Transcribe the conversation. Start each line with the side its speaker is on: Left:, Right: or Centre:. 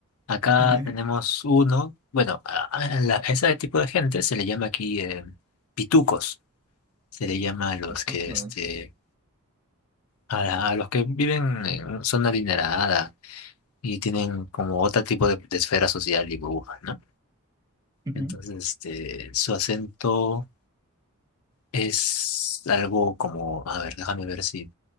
Left: Acá
Right: <laughs>
Left: tenemos uno, bueno, a, a la- a ese tipo de gente se le llama aquí eh, pitucos. Se le llama a los que,
Right: Loco.
Left: este, a, la- a los que viven en zona adinerada y tienen como otro tipo de, de esfera social y burbuja, ¿no?
Right: Ujú.
Left: Entonces, este, su acento es algo como, a ver, déjame ver si,